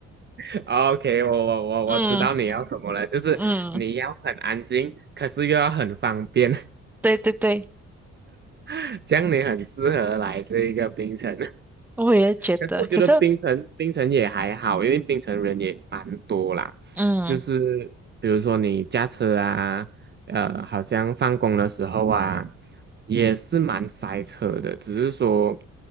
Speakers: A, on the right; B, in the centre.
A: <laughs>，OK，我我我我知道你要什么了，
B: 嗯
A: 就是你要很安静，
B: 嗯，
A: 可是又要很方便，
B: 对对对，
A: <laughs> 这样你很适合来这一个冰城。
B: 我也觉得。
A: 可是我觉得槟城槟城也还好，
B: 可是。
A: 因为槟城人也蛮多啦。
B: 嗯，
A: 就是比如说你驾车啊，呃，好像放工的时候啊，也是蛮塞车的。只是说，